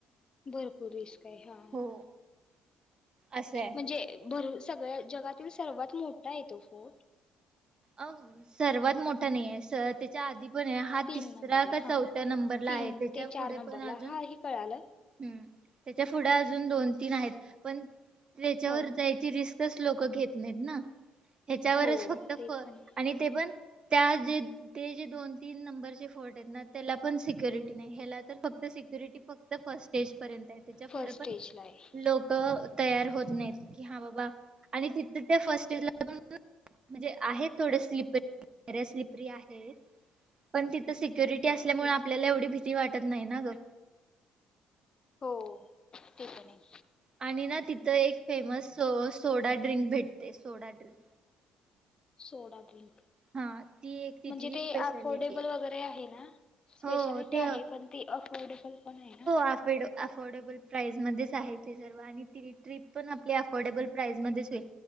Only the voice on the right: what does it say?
हो असं आहे.
अ सर्वात मोठा नाहीय त्याच्या आधी पण हा
तिसरा
का
चौथ्या नंबरला
आहे. त्याच्या
पुुढे
पण अजून
हम्म.
त्याच्या पुढं अजून दोन तीन आहेत पण त्यांच्यावर
जायची रिस्कच लोक लोक घेत नाहीत ना. ह्यांच्यावरच
फक्त
आणि ते पण त्या ज ते जे दोन तीन नंबरचं फोर्ट आहेत त्याला पण सिक्युरिटी नाही हेला फक्त सिक्युरिटी फक्त फर्स्ट स्टेज पर्यंत आहे त्यांच्या
पुुढे पण
लोक तयार होत नाही की हा बाबा आणि तिथं त्या फर्स्ट म्हणजे आहे थोडं स्लिपरी स्लिपरी आहे पण तिथं सिक्युरिटी असल्यामुळे
आपल्याला एवढं भीती वाटते. त नाही ना ग.
आणि ना ति तिथं एक फेमस स सोडा ड्रिंक भेटते सोडा ड्रिंक.
हा ती एक तिथली
स्पेशालिटी
हो ते
हो
अफेड अफोर्डेबल प्राईज मध्येच आहे ते सर्व आणि जेनी ट्रिप पण आपल्या अफोर्डेबल प्राइस मध्येच होईल.